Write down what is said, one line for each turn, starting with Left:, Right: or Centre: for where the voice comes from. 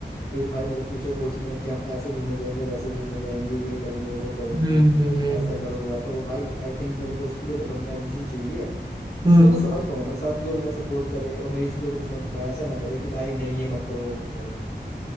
Left: फिर भाई मेरे फ्यूचर गोल्स भी हैं कि हम ऐसे घूमने जाएंगे वैसे घूमने जाएंगे ये करेंगे वो करेंगे
Right: हम्म हम्म,
Left: ऐसा घर होगा तो भाई आई थिंक मेरे को उसके लिए तो लव मैरिज ही चाहिए जिसको
Right: हम्म
Left: मैं समझ पाऊँ अपने साथ जो मेरा सपोर्ट करे और मेरी चीजों को भी समझ पाए ऐसा ना करे कि भाई नहीं ये मत करो वो मत करो